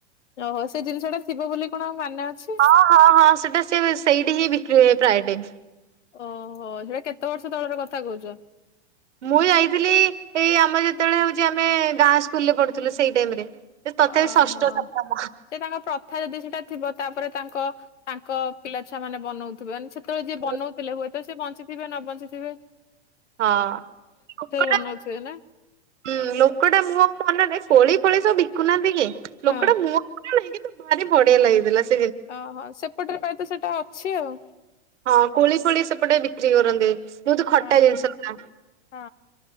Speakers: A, on the left (about 80°); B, on the right (about 80°).
A: ଓହୋ ସେ ଜିନିଷ ଟା ଥିବ ବୋଲି କଣ ମାନେ ଅଛି।
B: ହଁ ହଁ ହଁ। ତ ସେ ସାଇଟିି ହିଁ ବିିକ୍ରିହୁଏ ପ୍ରାୟ ଟଇମ୍।
A: ଓହୋ ସେଇଟା କେତେ ବର୍ଷ ତଳର କଥା କହୁଛ।
B: ମୁଁ ଯାଇଥିଲି ଏଇ ଆମର ଯେତେବେଳେ ହେଉଛି ଆମେ ଗାଁ ସ୍କୁଲରେ ପଢୁଥିଲୁ ସେଇ ଟାଇମରେ। ତଥାପି
A: ଓହୋ
B: ଷଷ୍ଠ ସପ୍ତମ
A: ସେ ତାଙ୍କ ପ୍ରଥା ଯଦି ସେଇଟା ଥିବ ତାପରେ ତାଙ୍କ ତାଙ୍କ ପିଲାଛୁଆ ମାନେ ବନଉଥିବେ ସେ ଯେତବେଳେ ଯିଏ
B: ହଁ
A: ବନଉଥିଲେ ହୁଏ ସେ ବଞ୍ଚିଥିବେ ନ ବଞ୍ଚି <unintelligible>
B: ହଁ ଲୋକଟା
A: ବନଉଥିବେ ନା?
B: ହୁଁ ଲୋକଟା ମୋହ ମନରେ କୋଳି ପଳେଇ ସ ବିକୁନାହାନ୍ତି କିଏ?
A: ହଁ
B: ଲୋକଟା ମୁହଁ <inaudible> ଭାରି ବଢିଆ ଲାଗିଥିଲା ସ୍
A: ଅହ ସେପଟରେ ପାଇଁ ତ ସେଟା ଅଛି ଆଉ
B: ହଁ କୋଳି ଫୋଳି ସେପଟେ ବିକ୍ରି କରନ୍ତି। ବହୁତ ଖଟା
A: ହଁ
B: ଜିନିଷ ଟା
A: ହଁ